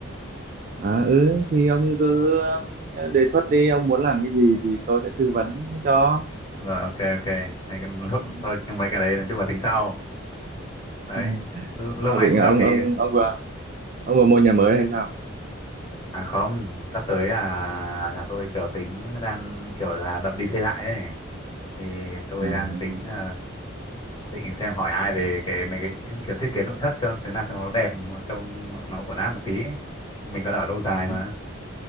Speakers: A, on the right; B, on the left.
A: À, ừ thì ông cứ um, đề xuất đi ông muốn làm cái gì thì tôi sẽ tư vấn cho
B: rồi ok ok Hay cái- <laughs>
A: Ừ.
B: thôi nhưng mấy cái đấy nói chung là tính sau đấy
A: <laughs>
B: L-
A: Sao
B: lâu ngày
A: định
B: không
A: là
B: gặp
A: ông
B: thì
A: ông ông vừa ông vừa mua nhà mới hay sao
B: à không sắp tới là nhà tôi kiểu tính đang kiểu là đập đi xây lại ấy thì tôi
A: à
B: đang tính ờ, định xem hỏi ai về cái mấy cái kiểu thiết kế nội thất cho thế nào cho nó đẹp trông nó ổn áp một tí ấy. mình còn ở lâu dài
A: ừ.
B: mà